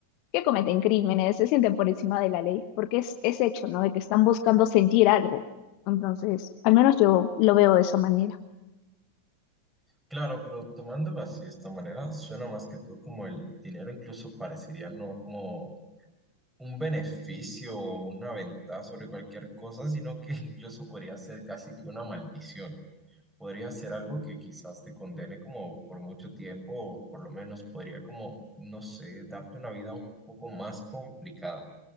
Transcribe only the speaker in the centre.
Claro, pero tomándolo así de esta manera, suena más que todo como el dinero incluso parecería no como un beneficio o una ventaja sobre cualquier cosa, sino que <laughs> incluso podría ser casi que una maldición. Podría ser algo que quizás te condene como por mucho tiempo o por lo menos podría como, no sé, darte una vida un poco más complicada.